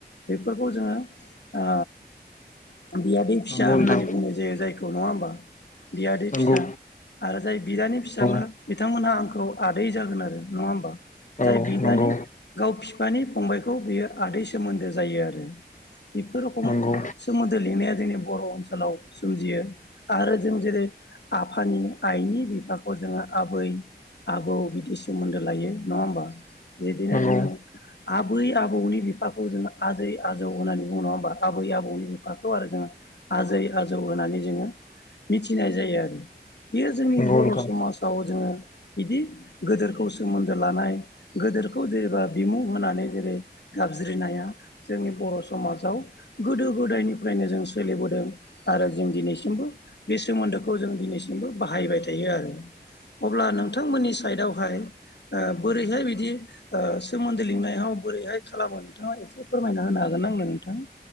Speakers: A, on the left (about 90°); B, on the left (about 50°).
A: बेफोरखौ जोङो ओ। बियादै फिसा
B: नंगौ नोंथां
A: होननानै बुंनाय जायो जायखौ नङा होमबा बियादै
B: नंगौ
A: फिसा आरो जाय बिदानि फिसाला
B: औ
A: बिथांमोनहा आंखौ आदै जागोन आरो नङा होमबा
B: औ
A: जाय बिदानि
B: नंगौ
A: गाव बिफानि फंबायखौ बियो आदै सोमोन्दो जायो आरो बेफोर रखम
B: नंगौ
A: सोमोन्दो लिंनाया जोंनि बर' ओनसोलाव सोमजियो आरो जों जेरै आफानि आइनि बिफाखौ जोङो आबै आबौ बिदि सोमोन्दो लायो नङा होमबा। बिदिनो
B: नंगौ
A: जोङो आबै-आबौनि बिफा। खौ जोङो आजै आजौ होन्नानै बुङो नङा होमबा आबै आबौनि बिफाखौ आरो जोङो आजै आजौ होन होननानै जोङो मिथिनाय जायो आरो। बियो जोंनि
B: नंगौ
A: बर'
B: नोंथां
A: समाजाव जोङो बिदि गोदोरखौ सोमोन्दो लानाय गो दोरखौ जेरेबा बिमुं होनानै जेरै गाबज्रिनाया जोंनि बर' समाजाव गोदो गोदायनिफ्रायनो जों सोलिबोदों आ रो जों दिनैसिमबो बे सोमोन्दोखौ जों दिनैसिमबो बाहायबाय थायो आरो। अब्ला नोंथांमोननि साइदआवहाय ओ बोरैहाय बिदि ओ सोमोन्दो लिंनायाव बोरैहाय खालामो नोंथाङा एसे फोरमायना होनो हागोन आंनो नोंथां